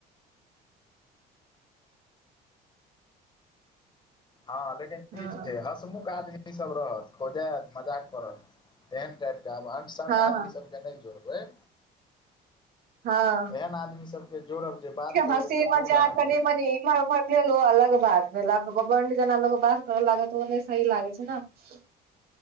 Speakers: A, on the left; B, on the right.
A: हँ लेकिन
B: हँ
A: ई छै। हसमुख आदमी सब रहत खोजैत मजाक करत तेहन टाइप के आब सबटा
B: हँ हँ
A: आदमी सबके नहि जोड़बै
B: हँ
A: एहन आदमी सब के जोड़ब जे बात करबे
B: हँसी
A: ते
B: मजाक
A: मूड अहाँ
B: कनि इमर-उमर भेल ओ अलग बात भेल आब बबनड जेना लोक बात कर लागत ओ सही लागे छै। टच